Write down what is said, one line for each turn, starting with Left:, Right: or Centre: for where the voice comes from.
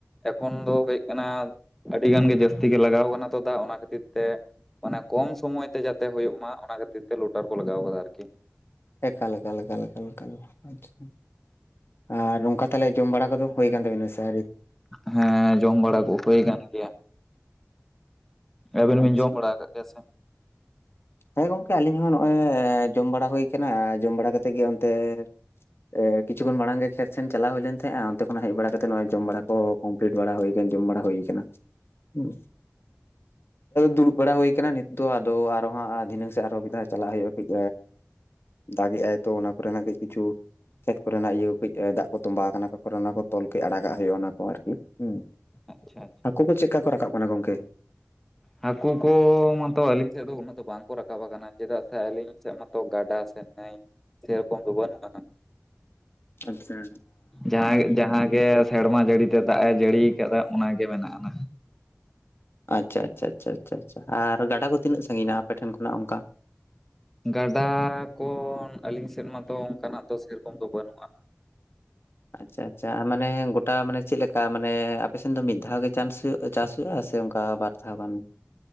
Centre: ᱮᱠᱷᱚᱱ ᱫᱚ ᱦᱩᱭᱩᱜ ᱠᱟᱱᱟ ᱟᱹᱰᱤ ᱜᱟᱱ ᱜᱮ ᱡᱟᱹᱥᱛᱤ ᱜᱮ ᱞᱟᱜᱟᱣ ᱠᱟᱱᱟ ᱛᱚ ᱫᱟᱜ ᱚᱱᱟ ᱠᱷᱟᱹᱛᱤᱨ ᱛᱮ ᱢᱟᱱᱮ ᱠᱚᱢ ᱥᱚᱢᱚᱭ ᱛᱮ ᱡᱟᱛᱮ ᱦᱳᱭᱳᱜ ᱢᱟ ᱚᱱᱟ ᱠᱷᱟᱹᱛᱤᱨ ᱛᱮ ᱞᱳᱴᱟᱨ ᱠᱚ ᱞᱟᱜᱟᱣ ᱠᱟᱫᱟ ᱟᱨᱠᱤ
Left: ᱮᱠᱟᱞ ᱮᱠᱟᱞ ᱮᱠᱟᱞ ᱮᱠᱟᱞ ᱮᱠᱟᱞ ᱟᱪᱪᱷᱟ ᱟᱨ ᱚᱱᱠᱟ ᱛᱟᱦᱚᱞᱮ ᱡᱚᱢ ᱵᱟᱲᱟ ᱠᱚᱫᱚ ᱦᱩᱭ ᱠᱟᱱ ᱛᱟᱵᱤᱱᱟ ᱥᱮ ᱟᱹᱣᱨᱤ
Centre: ᱦᱮᱸ ᱡᱚᱢ ᱵᱟᱲᱟ ᱠᱚ ᱦᱩᱭ ᱠᱟᱱ ᱜᱮᱭᱟ ᱟᱹᱵᱤᱱ
Left: ᱟᱪᱪᱷᱟ
Centre: ᱵᱤᱱ ᱡᱚᱢ ᱵᱟᱲᱟ ᱠᱟᱜ ᱜᱮ ᱥᱮ
Left: ᱦᱮᱸ ᱜᱚᱝᱠᱮ ᱟᱹᱞᱤᱧ ᱦᱚᱸ ᱱᱚᱜᱼᱚᱭ ᱡᱚᱢ ᱵᱟᱲᱟ ᱦᱩᱭ ᱠᱟᱱᱟ ᱡᱚᱢ ᱵᱟᱲᱟ ᱠᱟᱛᱮ ᱜᱮ ᱚᱱᱛᱮ ᱮ ᱠᱤᱪᱷᱩ ᱠᱷᱚᱱ ᱢᱟᱲᱟᱝ ᱜᱮ ᱠᱷᱮᱛ ᱥᱮᱱ ᱪᱟᱞᱟᱣ ᱦᱩᱭ ᱞᱮᱱ ᱛᱟᱦᱮᱸᱜᱼᱟ ᱚᱱᱛᱮ ᱠᱷᱚᱱ ᱦᱮᱡ ᱵᱟᱲᱟ ᱠᱟᱛᱮᱜ ᱱᱚᱜᱼᱚᱭ ᱡᱚᱢ ᱵᱟᱲᱟ ᱠᱚ ᱠᱚᱢᱯᱞᱤᱴ ᱵᱟᱲᱟ ᱦᱩᱭ ᱠᱟᱱᱟ ᱡᱚᱢ ᱵᱟᱲᱟ ᱦᱩᱭ ᱠᱟᱱᱟ ᱦᱩᱸ ᱫᱩᱲᱩᱵ ᱵᱟᱲᱟ ᱦᱩᱭ ᱠᱟᱱᱟ ᱱᱤᱛ ᱫᱚ ᱟᱫᱚ ᱟᱨᱚ ᱦᱟᱸᱜ ᱫᱷᱤᱱᱟᱹᱝ ᱥᱮᱫ ᱟᱨᱦᱚᱸ ᱢᱤᱫ ᱫᱷᱟᱣ ᱪᱟᱞᱟᱜ ᱦᱩᱭᱩᱜᱼᱟ ᱠᱟᱹᱡ ᱫᱟᱜᱮ ᱟᱭ ᱛᱚ ᱚᱱᱟ ᱠᱚᱨᱮᱱᱟᱜ ᱠᱟᱹᱡ ᱠᱤᱪᱷᱩ ᱠᱷᱮᱛ ᱠᱚᱨᱮᱱᱟᱜ ᱤᱭᱟᱹ ᱠᱟᱹᱡ ᱫᱟᱜ ᱠᱚ ᱛᱚᱸᱵᱟ ᱠᱟᱱᱟ ᱚᱠᱟ ᱠᱚᱨᱮ ᱚᱱᱟ ᱠᱚ ᱛᱚᱞ ᱠᱟᱹᱡ ᱟᱲᱟᱜᱟᱜ ᱦᱩᱭᱩᱜᱼᱟ ᱚᱱᱟ ᱠᱚ ᱟᱨᱠᱤ ᱦᱩᱸ
Centre: ᱟᱪᱪᱷᱟ ᱟᱪᱪᱷᱟ
Left: ᱦᱟᱹᱠᱩ ᱠᱚ ᱪᱮᱫᱠᱟ ᱠᱚ ᱨᱟᱠᱟᱵ ᱠᱟᱱᱟ ᱜᱚᱝᱠᱮ
Centre: ᱦᱟᱹᱠᱩ ᱠᱚ ᱢᱟᱛᱚ ᱟᱹᱞᱤᱧ ᱥᱮᱫ ᱫᱚ ᱩᱱᱟᱹᱜ ᱫᱚ ᱵᱟᱝ ᱠᱚ ᱨᱟᱠᱟᱵ ᱠᱟᱱᱟ ᱪᱮᱫᱟᱜ ᱥᱮ ᱟᱹᱞᱤᱧ ᱥᱮᱫ ᱢᱟᱛᱚ ᱜᱟᱰᱟ ᱥᱮ ᱱᱟᱹᱭ ᱥᱮ ᱨᱚᱠᱚᱢ ᱫᱚ ᱵᱟᱹᱱᱩᱜ ᱟᱱᱟ
Left: ᱟᱪᱪᱷᱟ
Centre: ᱡᱟᱦᱟᱸ ᱜᱮ ᱡᱟᱦᱟᱸ ᱜᱮ ᱥᱮᱨᱢᱟ ᱡᱟᱹᱲᱤ ᱛᱮ ᱫᱟᱜ ᱮ ᱡᱟᱹᱲᱤ ᱠᱟᱫᱟ ᱚᱱᱟ ᱜᱮ ᱢᱮᱱᱟᱜ ᱟᱱᱟ
Left: ᱟᱪᱪᱷᱟ ᱟᱪᱪᱷᱟ ᱟᱪᱪᱷᱟ ᱟᱪᱪᱷᱟ ᱟᱪᱪᱷᱟ ᱟᱨ ᱜᱟᱰᱟ ᱠᱚ ᱛᱤᱱᱟᱜ ᱥᱟᱺᱜᱤᱧ ᱟ ᱟᱯᱮ ᱴᱷᱮᱱ ᱠᱷᱚᱱᱟᱜ ᱚᱱᱠᱟ
Centre: ᱜᱟᱰᱟ ᱠᱚ ᱟᱹᱞᱤᱧ ᱥᱮᱫ ᱢᱟᱛᱚ ᱚᱱᱠᱟᱱᱟᱜ ᱫᱚ ᱥᱮ ᱨᱚᱠᱚᱢ ᱫᱚ ᱵᱟᱹᱱᱩᱜ ᱟᱱᱟ
Left: ᱟᱪᱪᱷᱟ ᱟᱪᱪᱷᱟ ᱢᱟᱱᱮ ᱜᱚᱴᱟ ᱢᱟᱱᱮ ᱪᱮᱫ ᱞᱮᱠᱟ ᱢᱟᱱᱮ ᱟᱯᱮ ᱥᱮᱱ ᱫᱚ ᱢᱤᱫ ᱫᱷᱟᱣ ᱜᱮ ᱪᱟᱱᱥ ᱦᱩᱭᱩᱜ ᱪᱟᱥ ᱦᱩᱭᱩᱜᱼᱟ ᱥᱮ ᱚᱱᱠᱟ ᱵᱟᱨ ᱫᱷᱟᱣ ᱜᱟᱱ